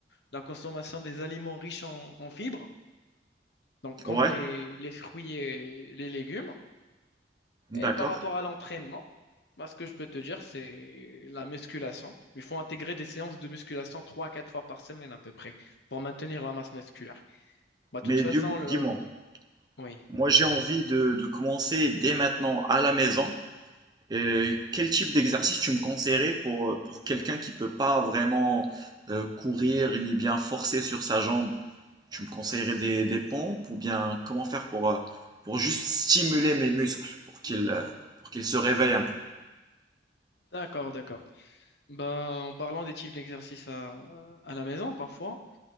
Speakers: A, on the left; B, on the right.
A: la consommation des aliments riches en, en fibres, donc comme
B: Ouais,
A: les, les fruits et les légumes. Et
B: d'accord.
A: par rapport à l'entraînement, Moi, ce que je peux te dire, c'est la musculation. Il faut intégrer des séances de musculation trois à quatre fois par semaine à peu près pour maintenir la masse musculaire. Bah, de
B: Mais
A: toute façon,
B: dis,
A: le...
B: moi
A: oui,
B: moi j'ai envie de, de commencer dès maintenant à la maison. Euh, quel type d'exercice tu me conseillerais pour, euh, pour quelqu'un qui peut pas vraiment euh, courir ni bien forcer sur sa jambe? Tu me conseillerais des, des pompes ou bien comment faire pour, euh, pour juste stimuler mes muscles pour qu'ils euh, pour qu'ils se réveillent un peu?
A: d'accord, d'accord. ben en parlant des types d'exercices à, à la maison, parfois,